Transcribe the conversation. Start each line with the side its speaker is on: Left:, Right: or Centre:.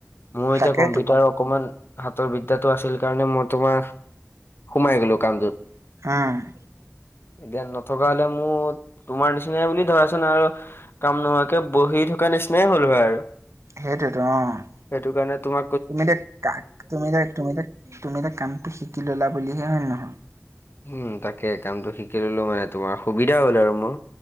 Left: মোৰ
Right: তাকেতো
Left: এতিয়া কম্পিউটাৰৰ <inaudible> অকমান হাতৰ বিদ্যাটো আছিল কাৰণে মই তোমাৰ সোমাই গলো কামটোত। <inaudible>
Right: উম! <inaudible>
Left: জ্ঞান নথকা হলে মোৰ তোমাৰ নিচিনাই বুলি ধৰা চোন আৰু। <inaudible> কাম নোহোৱাকে বহি থকা নিচিনাই হ'ল হয় আৰু। <inaudible>
Right: সেইটোৱেইতো অঁ! <inaudible>
Left: সেইটো কাৰণে তোমাৰ <inaudible>
Right: তুমি এ কাক তুমি তুমি এ তুমি এয়া কামটো শিকি ললা বুলিহে হয় নে নহয়।
Left: উম তাকে কামটো শিকি ললো মানে তোমাৰ সুবিধা হ'ল আৰু মোৰ।